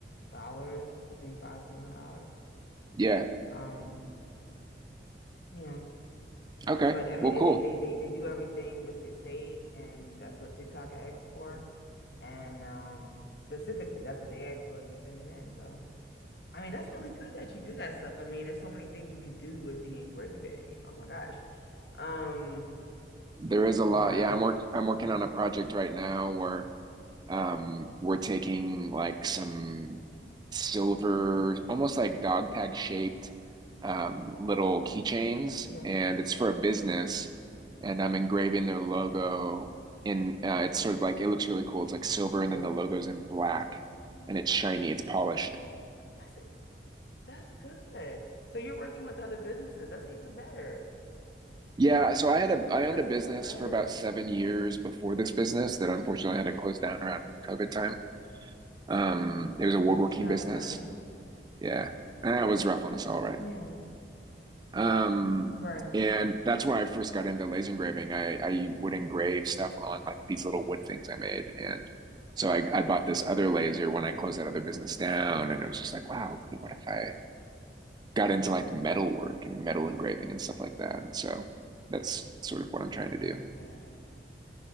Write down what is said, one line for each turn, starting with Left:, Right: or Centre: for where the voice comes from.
Left: dollars between five seven hundred dollars
Right: Yeah.
Left: um you know
Right: Okay.
Left: But I mean,
Right: Well,
Left: it,
Right: cool.
Left: they they they they do everything with your state, and that's what TikTok asks for. And um, specifically, that's what they ask for. You send it in. So I mean, that's really good that you do that stuff. I mean, there's so many things you could do with the engraving. Oh my gosh. Um,
Right: There is a
Left: yeah,
Right: lot. Yeah, I'm work I'm working
Left: yeah,
Right: on a project right now where um we're taking like some silver, almost like dog tag shaped um little keychains
Left: yeah.
Right: and it's for a business and I'm engraving their logo in uh, it's sort of like it looks really cool. It's like silver and
Left: Dope.
Right: then the logo's in black and it's shiny, it's polished.
Left: That's it. That's good. So you're working with other businesses. That's even better.
Right: Yeah, so I had a I owned
Left: That's
Right: a business
Left: even better.
Right: for about seven years before this business that unfortunately had to close down around COVID time. Um, it was a woodworking
Left: Yeah,
Right: business.
Left: I'm sorry.
Right: Yeah. That was rough on us all, right?
Left: Yeah,
Right: Um,
Left: right.
Right: and that's where I first got into laser engraving. I, I would engrave stuff on like these little wood things I made. And so I, I bought this other laser when I closed that other business down. And it was just like, wow, cool. what if I got into like metal work and metal engraving and stuff like that? And so that's sort of what I'm trying
Left: I
Right: to
Left: love
Right: do.
Left: that.